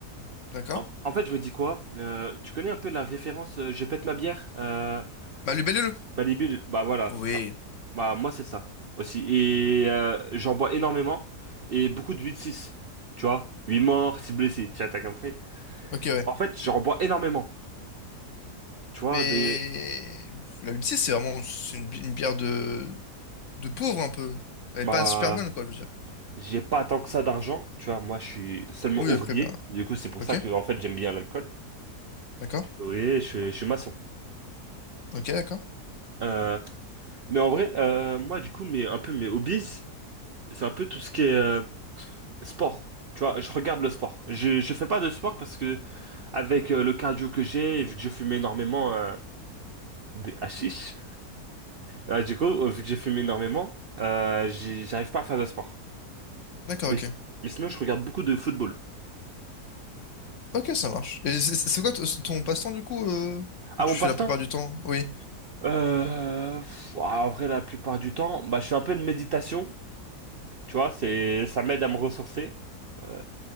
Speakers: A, on the left (about 60°); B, on the right (about 60°).
A: D'accord.
B: En, en fait, je me dis quoi? Euh, tu connais un peu la référence euh, Je pète ma bière? Euh,
A: Bah, le Bellule.
B: Malibu, le- bah voilà, c'est
A: Oui.
B: ça. Bah, moi, c'est ça aussi. Et euh, j'en bois énormément et beaucoup de huit six Tu vois? huit morts, six blessés. Tiens, t'as compris?
A: Ok, ouais.
B: Bah, En fait, j'en bois énormément. Tu vois?
A: Mais
B: De.
A: la 86, c'est vraiment c'est une, bi- une bière de, de pauvre, un peu. Elle
B: Bah.
A: est pas super bonne, quoi, je veux dire.
B: J'ai pas tant que ça d'argent, tu vois, moi je suis seulement
A: Oui,
B: ouvrier,
A: après, bien.
B: du coup c'est pour
A: Ok,
B: ça que en fait j'aime bien l'alcool.
A: d'accord.
B: Oui, je, suis je suis maçon.
A: Ok, d'accord.
B: Euh, mais en vrai, euh, moi, du coup, mes, un peu mes hobbies, c'est un peu tout ce qui est euh, sport. Tu vois, je regarde le sport. Je, je fais pas de sport parce que avec euh, le cardio que j'ai, et vu que je fume énormément euh, des hashish, euh, du coup, euh, vu que j'ai fumé énormément, euh, j'y- j'arrive pas à faire de sport.
A: D'accord,
B: Mais,
A: ok.
B: mais sinon, je regarde beaucoup de football.
A: Ok, ça marche. Et c'est c'est- c'est quoi t- ton passe-temps, du coup, euh,
B: À
A: que tu
B: mon
A: fais
B: passe-temps,
A: la plupart du temps? Oui.
B: euh, pff, ah, en vrai, la plupart du temps, bah, je fais un peu de méditation. Tu vois, c'est, ça m'aide à me ressourcer. Euh,